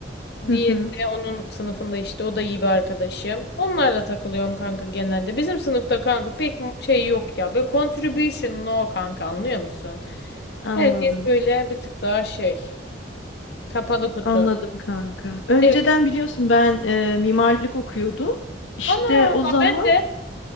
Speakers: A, on the left; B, on the left.
A: Diğeri
B: Hı hı.
A: de onun sınıfında işte o da iyi bir arkadaşım. Onlarla takılıyorum kanka genelde. Bizim sınıfta kanka pek mu- şey yok ya. Böyle contribution no kanka anlıyor musun?
B: Anladım.
A: Herkes böyle bir tık daha şey. Kapalı kutu.
B: Anladım kanka. Önceden
A: Evet.
B: biliyorsun ben e, mimarlık okuyordum. İşte
A: Ana
B: o
A: bak
B: zaman
A: ben de